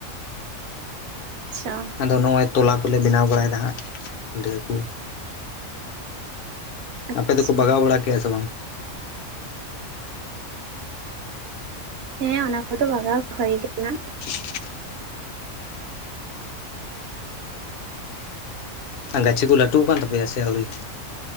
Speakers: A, on the right; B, on the left.
A: ᱟᱪᱪᱷᱟ, ᱚ
B: ᱟᱫᱚ ᱱᱚᱜᱼᱚᱭ ᱛᱚᱞᱟ ᱠᱚᱞᱮ ᱵᱮᱱᱟᱣ ᱵᱟᱲᱟᱭᱫᱟ ᱦᱟᱸᱜ ᱯᱤᱸᱰᱷᱟᱹ ᱠᱚ᱾
A: ᱟᱪᱪᱷᱟ
B: ᱟᱯᱮ ᱫᱚᱠᱚ ᱵᱟᱜᱟᱣ ᱵᱟᱲᱟ ᱠᱮᱜᱼᱟ ᱥᱮ ᱵᱟᱝ?
A: ᱦᱮᱸ ᱚᱱᱟ ᱠᱚᱫᱚ ᱵᱟᱜᱟᱣ ᱦᱳᱭ ᱠᱟᱱᱟ᱾
B: <inaudible> ᱜᱟᱹᱪᱷᱤ ᱠᱩ ᱞᱟᱹᱴᱩ ᱠᱟᱱ ᱛᱟᱯᱮᱭᱟ ᱥᱮ ᱟᱣᱨᱤ?